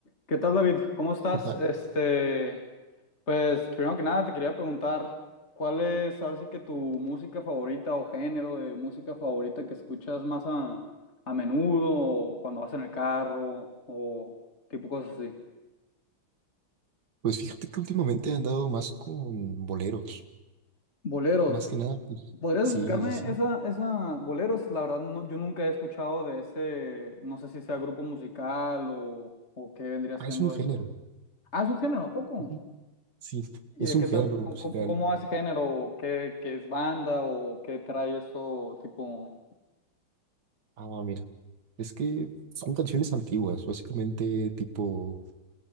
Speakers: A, on the left; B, on the right.
A: ¿Qué tal, David? ¿Cómo estás?
B: Ah,
A: Este, pues primero que nada te quería preguntar cuál es ahora sí que tu música favorita o género de música favorita que escuchas más a, a menudo o cuando vas en el carro o tipo cosas así.
B: Pues fíjate que últimamente he andado más con boleros.
A: Boleros.
B: Más que nada, pues
A: ¿Podrías
B: sí,
A: explicarme
B: sí, sí.
A: esa, esa, boleros? La verdad no- yo nunca he escuchado de ese, no sé si sea grupo musical o, o qué vendría siendo
B: Ah, es un género.
A: ese. Ah, es un género, ¿a poco?
B: es un- Sí,
A: ¿Y
B: es
A: de
B: un
A: qué
B: género
A: tal? ¿Cómo,
B: musical.
A: cómo- hace género? ¿O ¿Qué, qué es banda? ¿O qué trae eso tipo?
B: Ah, mira. Es que son canciones antiguas, básicamente tipo